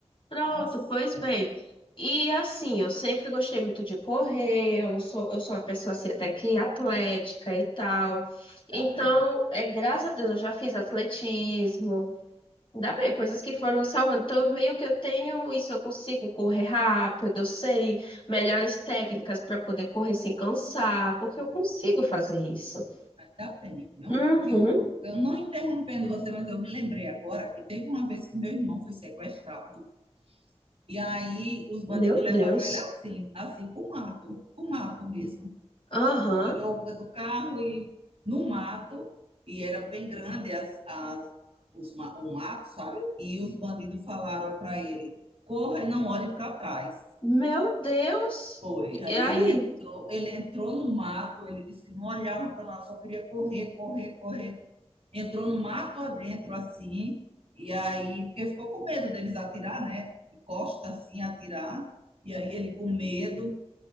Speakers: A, on the left; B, on the right.
A: Pronto,
B: Nossa,
A: pois bem. E assim, eu sempre gostei muito de correr, eu sou, eu sou uma pessoa assim, até que atlética e tal. Então,
B: tá bem,
A: é, graças a Deus, eu já fiz atletismo. Ainda bem, coisas que foram me salvando. Então, meio que eu tenho isso, eu consigo correr rápido, eu sei melhores técnicas para poder correr sem cansar, porque eu consigo fazer isso.
B: tá bem, viu?
A: Uhum,
B: Eu, eu não interrompendo você, mas eu me lembrei agora que teve uma vez que meu irmão foi sequestrado e aí os bandidos
A: meu Deus.
B: levaram ele assim, assim pro mato, pro mato mesmo.
A: Aham,
B: tirou do carro e no mato, e era bem grande as, as, os, o mato, sabe? E os bandidos falaram para ele: corra e não olhe para trás.
A: meu Deus.
B: Foi.
A: E
B: Aí
A: aí?
B: ele entrou, ele entrou no mato, ele disse que não olhava para nós, só queria correr, correr, correr. Entrou no mato adentro, assim, e aí, porque ficou com medo deles atirar, né? De costa, assim, atirar. E aí ele com medo,